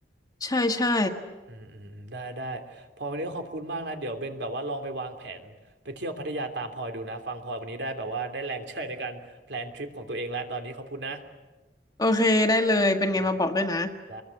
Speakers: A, on the left; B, on the right.
A: ใช่ใช่
B: อืมอืมอืมได้ได้พลอยวันนี้ก็ขอบคุณมากนะเดี๋ยวเบนแบบว่าลองไปวางแผนไปเที่ยวพัทยาตามพลอยดูนะฟังพลอยวันนี้ได้แบบว่าได้แรงใจในการแพลนทริปของตัวเองแล้วตอนนี้ขอบคุณนะ
A: โอเคได้เลยเป็นไงมาบอกด้วยนะ
B: ได้ได้